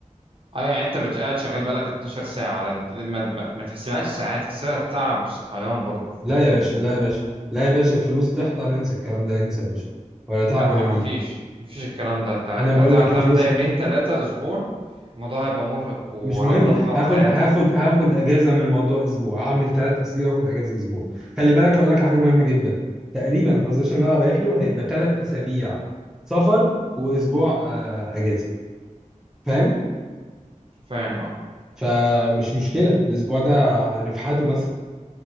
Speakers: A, on the right; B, in the centre.
A: ايوه يعني انت بتش- قاعد شغال بقالك 12 ساعة على ما, ما, ما تحسبهاش ساعات تحسبها التعب والصحيان برضه في
B: لا يا باشا
A: في في
B: لا
A: البتاع
B: يا باشا لا يا باشا الفلوس تحضر انسى الكلام ده انسى يا باشا ولا تعب
A: لا
B: ولا
A: ما
B: نيله
A: فيش ما فيش الكلام ده انت
B: انا بقول
A: هتقعد
B: لك
A: تعمل
B: الفلوس
A: ده يومين
B: هتحضر
A: ثلاثة اسبوع الموضوع هيبقى مرهق وهتدمر
B: مش مهم هاخد
A: حياتك
B: هاخد هاخد اجازه من الموضوع اسبوع هعمل ثلاث اسابيع واخد اجازه اسبوع خلي بالك اقول لك على حاجه مهمه جدا تقريبا
A: مم.
B: البوزيشن اللي انا رايح له هيبقى ثلاث اسابيع سفر واسبوع آه، اجازه فاهم
A: فاهم اه
B: فمش مشكله الاسبوع ده هنفحته مثلا